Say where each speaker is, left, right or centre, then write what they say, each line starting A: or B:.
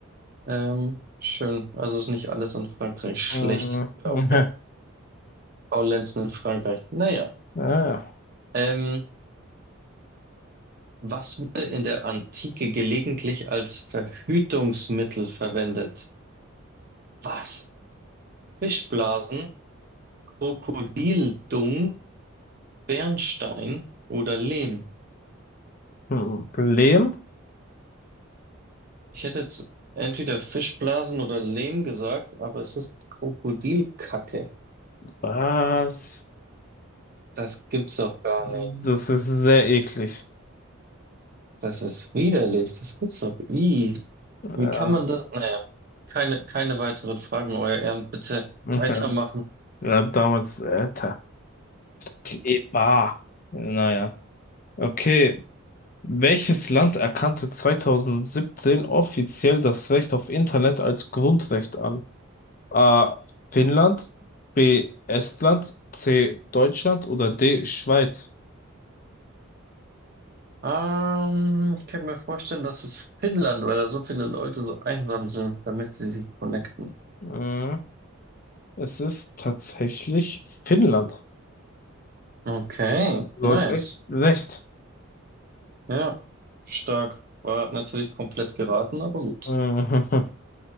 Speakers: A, on the right; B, on the left.
A: Ähm, schön. Also ist nicht alles in Frankreich schlecht.
B: Mhm.
A: Glaubt
B: <laughs>
A: Faulenzen in Frankreich. Naja.
B: Ja.
A: Ähm, was wurde in der Antike gelegentlich als Verhütungsmittel verwendet? Was? Fischblasen, Krokodildung, Bernstein oder Lehm?
B: Mhm. Problem?
A: Ich hätte jetzt entweder Fischblasen oder Lehm gesagt, aber es ist Krokodilkacke.
B: Was?
A: Das gibt's doch gar
B: Das
A: nicht.
B: ist sehr eklig.
A: Das ist widerlich. Das gibt's doch. Ih.
B: Ja,
A: Wie kann man das? Naja, keine, keine weiteren Fragen, Euer Ehren. Bitte
B: ja
A: weitermachen.
B: ja, damals, Alter. Keba. Naja. Okay. Welches Land erkannte 2017 offiziell das Recht auf Internet als Grundrecht an? A. Finnland, B. Estland, C. Deutschland oder D. Schweiz?
A: Ähm, ich kann mir vorstellen, dass es Finnland weil da so viele Leute so einsam sind, damit sie sich connecten.
B: Äh, es ist tatsächlich Finnland.
A: Okay,
B: Du
A: nice.
B: hast echt recht.
A: Ja, stark. War natürlich komplett geraten, aber gut.
B: Äh,